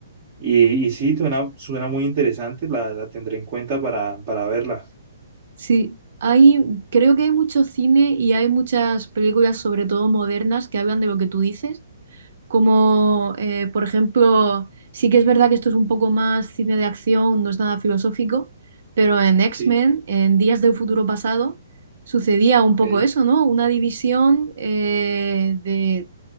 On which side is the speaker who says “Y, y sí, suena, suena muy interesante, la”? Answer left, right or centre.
Right